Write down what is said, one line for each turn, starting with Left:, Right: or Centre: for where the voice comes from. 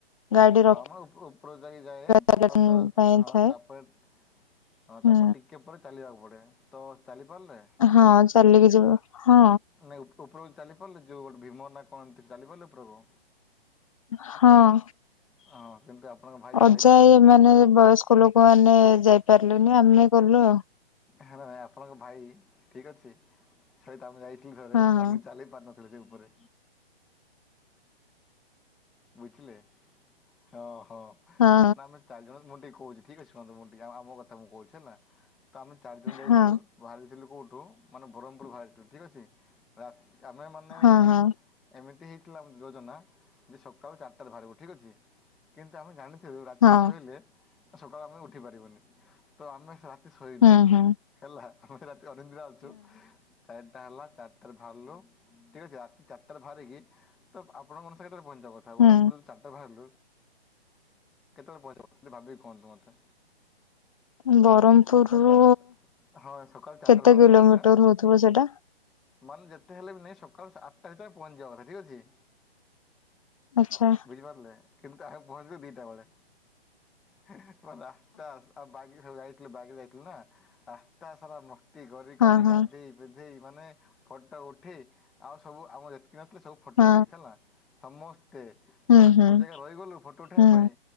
Left: ଗାଡି ରଖିବା
Centre: ହଁ ମ ଉପ ଉପର ଯାଇ ଯାଏ
Left: ଜାଗା
Centre: ତାପରେ ତ
Left: ପାଇଁ
Centre: ହଁ
Left: ଥାଏ
Centre: ତାପରେ ହଁ
Left: ହୁଁ
Centre: ତାପରେ ଟିକେ ପରେ ଚାଲିବାକୁ ପଡେ ତ ଚାଲି ପାରିଲେ
Left: ହଁ ଚାଲିକି ଯିବ ହଁ
Centre: ନାଇଁ ଉପରଭୁ ଚାଲି ପାରିଲେ ଯୋଉ ଗୋଟେ ଭୀମ ନା କଣନ୍ତି ଚାଲି ପାରିଲେ ପ୍ରଭୁ
Left: ହଁ
Centre: ହଁ କିନ୍ତୁ ଆପଣଙ୍କ ଭାଇ ଚାଲି
Left: ଅଜା
Centre: ପାରିନଥିଲେ
Left: ଏ ମାନେ ବୟସ୍କ ଲୋକ ମାନେ ଯାଇପାରିଲେନି ଆମେ ଗଲୁ ଆଉ
Centre: ହେ ନାଇଁ ଆପଣଙ୍କ ଭାଇ ଠିକ ଅଛି ସହିତ ଆମେ ଯାଇଥିଲୁ ଥରେ
Left: ହଁ
Centre: ତାଙ୍କି ଚାଲି ପାରୁନଥିଲେ। <unintelligible> ଉପରେ ବୁଝିଲେ ହଁ ହଁ
Left: ହଁ
Centre: ମାନେ ଆମେ ଚାରିଜଣ ମୁଁ ଟିକେ କହୁଛି ଠିକ୍ ଅଛି ମୁଁ ଟିକେ ଆମ କଥା ମୁଁ କହୁଛି ହେଲା ତ ଆମେ ଚାରିଜଣ ଯାଇଥିଲୁ।
Left: ହଁ ହଁ
Centre: ବାହାରିଥିଲୁ କେଉଁଠୁ ମାନେ ବ୍ରହ୍ମପୁର ବାହାରିଥିଲୁ ଠିକ୍ ଅଛି ରା ଆମେମାନେ
Left: ହଁ ହଁ
Centre: ଏମିତି ହେଇଥିଲା ଆମ ଯୋଜନା। ଯେ ସକାଳୁ ଚାରିଟାରେ ବାହାରିବୁ ଠିକ୍ ଅଛି କିନ୍ତୁ ଆମେ ଜାଣିଥିଲୁ ରାତିରେ
Left: ହଁ
Centre: ଶୋଇଲେ। ସକାଳୁ ଆମେ ଉଠି ପାରିବୁନି ତ ଆମେ ଶୋଇନୁ
Left: ହୁଁ ହୁଁ
Centre: ହେଲା ଆମେତ ରାତି ଅନିଦ୍ରା ଅଛୁ। ଚାରିଟା ହେଲା ଚାରିଟାରେ ବାହାରିଲୁ ଠିକ ଅଛି ରାତି ଚାରିଟାରେ ବାହାରିକି ତ ଆପଣଙ୍କ ମନ ସା ପହଞ୍ଚିବା କଥା
Left: ହୁଁ
Centre: ବ୍ରହ୍ମପୁରୁ ଚାରଟା ବାହାରିଲୁ କେତେବେଳେ ପହଁଚିବୁ ଭାବିକି କୁହନ୍ତୁ ମତେ?
Left: ହୁଁ ବ୍ରହ୍ମପୁରରୁୁ
Centre: ଦି ସକାଳ ଚାରିଟ ହଁ ସକାଳ ଚାରିଟାରେ
Left: କେତେ
Centre: ବାହାରିଲୁ
Left: କିଲୋମିଟର
Centre: ଆମେ
Left: ହଉଥିବ ସେଟା
Centre: ମାନେ ଯେତେ ହେଲେ ବି ନାଇଁ ସକାଳ ଆଠଟା ଭିତରେ ପହଞ୍ଚିବା କଥା ଠିକ ଅଛି
Left: ଆଚ୍ଛା
Centre: ବୁଝି ପାରିଲେ କିନ୍ତୁ ଆମେ ପହଁଚିଲୁ ଦିଟା ବେଳେ ହେଁ ହେଁ ରାସ୍ତା <unintelligible> ଯାଇଥିଲୁ ବାଗୀ ଯାଇଥିଲୁ ନା। ଦିନ ସାରା ମସ୍ତି କରି କରି
Left: ହଁ ହଁ
Centre: ଗାଧୋଇ ବିଧେଇ ମାନେ ଫଟୋ ଉଠେଇ ଆଉ ସବୁ ଆମର ଯେତିକି ନଥିଲେ ସବୁ ଫଟୋ
Left: ହଁ
Centre: ହେଲି ହେଲା ସମସ୍ତେ
Left: ହୁଁ
Centre: ମାନେ
Left: ହୁଁ
Centre: କୋଉ ଜାଗା ରହିଗଲୁ ଫଟୋ ଉଠେଇବା
Left: ହୁଁ
Centre: ପାଇଁ